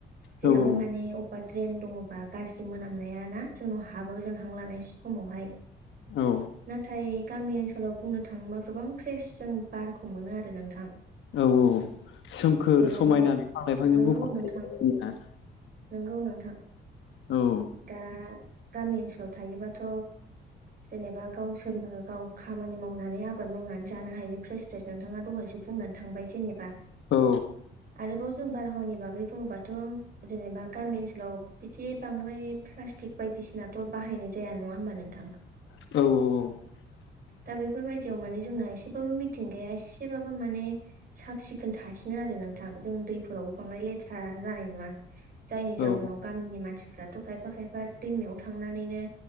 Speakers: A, on the right (about 45°); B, on the left (about 75°).
A: जेरावहाय
B: औ
A: माने अबेबा द्रेन दङबा गाज्रि मोनामनाया ना जोंनाव हाबो जों हां लानाय समावहाय
B: औ
A: नाथाय गामि ओनसोलाव बुंनो थाङोबा गोबां फ्रेस जों बारखौ मोनो आरो नोंथां।
B: औ औ । सोमखोर
A: जेरावहाय
B: समायना बिफां लाइफांजों
A: नंगौ
B: बुंफबनाय
A: नोंथां
B: जायोना आरो जोंनिया
A: नंगौ नोंथां
B: औ
A: दा गामि ओनसोलाव थायोबाथ' जेनेबा गावसोरनो गाव खामानि मावनानै आबाद मावनानै जानो हायो फ्रेस फेस नोंथाङा दहायसो बुंनानै थांबाय जेनेबा
B: औ।
A: आरोबाव जों बारहावानि बागै बुङोबाथ' जेनेबा गामि ओनसोलाव बिदि बांद्राय प्लास्टिक बायदिसिनाथ' बाहायनाय जाया नङा होमबा नोंथां?
B: औ औ औ।
A: दा बेफोरबायायदियाव माने जोंना एसेबाबो मिथिंगाया एसेबाबो माने साब सिखोन थासि नो आरो नोंथां। जों दैफोरावबो बांद्राय लेथ्रा जानाय नुवा जायनि
B: औ
A: जाउनाव गामिनि मानसिफ्राथ' खायफा खायफा दैमायाव थांनानैनो